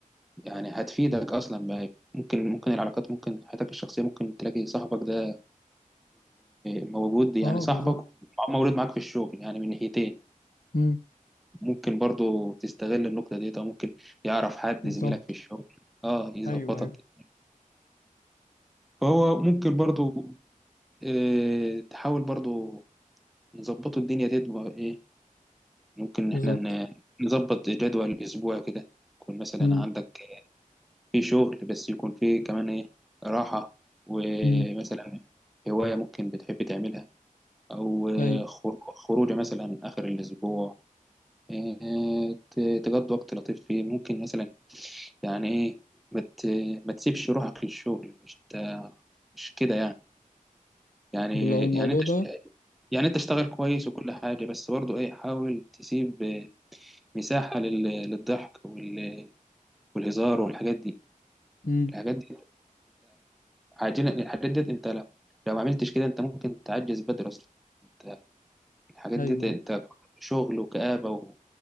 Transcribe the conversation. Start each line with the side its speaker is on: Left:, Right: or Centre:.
Centre: يعني هتفيدك اصلا ممكن ممكن العلاقات ممكن حياتك الشخصيه ممكن تلاقي صاحبك ده موجود يعني
Left: اه
Centre: صاحبك
Left: بالظبط
Centre: مولود معاك في الشغل يعني من ناحيتين
Left: امم
Centre: ممكن برضو تستغل النقطه ديت او ممكن يعرف حد
Left: بالظبط
Centre: زميلك في الشغل اه يظبطك
Left: ايوه ايوه
Centre: فهو ممكن برضو آه تحاول برضو نظبطوا الدنيا ديت بقى ايه ممكن إن
Left: بالظبط
Centre: احنا ن- نظبط جدول اسبوع كده يكون مثلا
Left: امم
Centre: عندك في شغل بس يكون فيه كمان ايه راحة ومثلا
Left: امم
Centre: هواية ممكن بتحب تعملها أو آه،
Left: ايوه
Centre: خر- خروجة مثلا آخر الأسبوع آه، ت- تقضي وقت لطيف فيه ممكن مثلا يعني ايه ما مت... ما تسيبش روحك للشغل مش ت- مش كده يعني يعني
Left: طب لو الموضوع
Centre: يعني انت
Left: ده
Centre: يعني انت اشتغل كويس وكل حاجة بس برضه ايه حاول تسيب آه، مساحة لل... للضحك وال... والهزار والحاجات دي
Left: امم
Centre: الحاجات دي عاجلا الحاجات ديت انت لو لو ما عملتش كده انت ممكن تعجز بدري اصلا انت الحاجات
Left: ايوه
Centre: ديت انت
Left: ايوه
Centre: شغل وكآبة